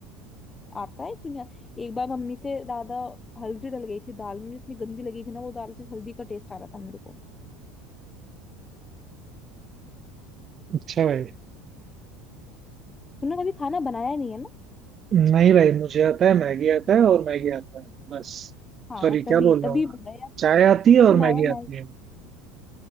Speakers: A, on the left; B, on the right.
A: आता है क्यों नहीं आता? एक बार मम्मी से दादा हल्दी डल गई थी दाल में जितनी गंदी लगी थी ना वो दाल से हल्दी का टेस्ट आ रहा था मेरे को
B: अच्छा भाई
A: तूने कभी खाना बनाया नहीं है ना
B: नहीं भाई मुझे आता है मैगी आता है और मैगी आता है बस
A: हाँ
B: सॉरी क्या
A: तभी
B: बोल रहा
A: तभी
B: हूँ मैं
A: बोल रहा है यार
B: चाय आती है
A: मैं
B: और
A: तो बार
B: मैगी
A: बार
B: आती
A: मैगी
B: है